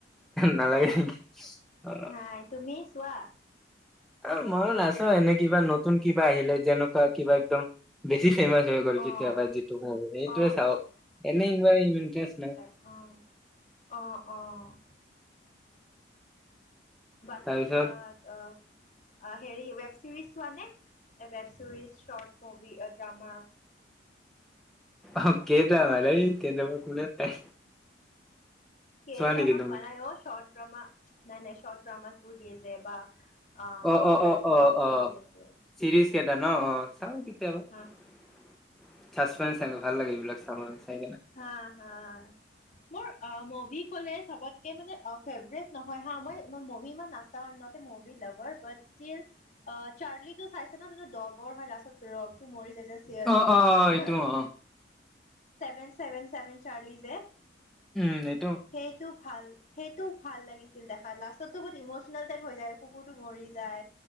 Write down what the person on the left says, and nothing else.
নাই, তুমি চোৱা?
অ'
অ'
অঁ অঁ অঁ। বাকী
আহ অহ আ হেৰি ৱেব চিৰিজ চোৱা নে? ৱেব ছিৰিজ, শৰ্ট মুভি, অ ড্ৰামা
কে
ড্ৰামা
কোৱা নাই অ, শৰ্ট ড্ৰামা নাই নাই শৰ্ট ড্ৰামা বোৰ দিয়ে যে বা আ
ৱেব
চিৰিজ
বোৰ
দিয়ে যে।
হা
হা হা মোৰ অ মভি কলে চবত কে মানে অ ফেভৰেত নহয় হা মই মই মুভি ইমান নাচাও I am not a movie lover but still uh Charlie তো চাইছা ন যোনটো ডগৰ হয় লাষ্টত ডগটো মৰি যায় যে
<unintelligible>
চেভেন চেভেন চেভেন চাৰ্লি যে
সেইটো ভাল সেইটো ভাল লাগিছিল দেখাত, লাষ্টতো বহুত ইমচনেল টাইপ হৈ যায়। কুকুৰটো মৰি যায়